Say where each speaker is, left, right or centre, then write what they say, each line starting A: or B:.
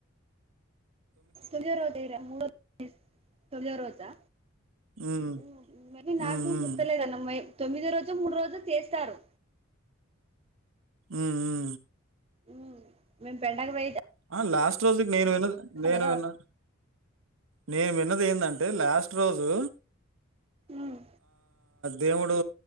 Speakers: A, on the right; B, on the right.
A: తోమిదో రోజు ఏరా మూడో రోజు వేస్తా
B: హ్మ్.
A: ఇవన్నీ
B: హ్మ్.
A: నాకు
B: హ్మ్.
A: గుర్తు లేదన్న మా తొమ్మిదో రోజు మూడు రోజు చేస్తారు
B: ఉ ఉ
A: ఉ మేం పెండగ వెయితే
B: ఆ లాస్ట్ రోజుకి నేను విన్న నేను
A: కదా
B: విన్న నేను విన్నది ఏంటంటే లాస్ట్ రోజు
A: ఉమ్,
B: దేవుడు